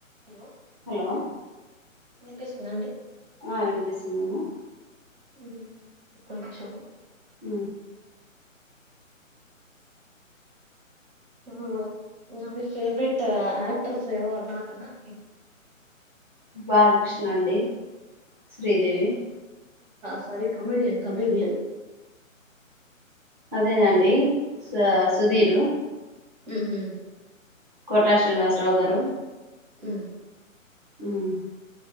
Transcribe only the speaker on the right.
hello
వినిపిసస్తుందా అండి
హ్మ్ ఒక్క నిమిషం
ఆహా మీ ఫేవరెట్ యాక్ట్రస్ ఏవో అన్నారు కదా ఏ
సారి <unintelligible> కమెడియన్ కమెడియన్
హు హూ
హ్మ్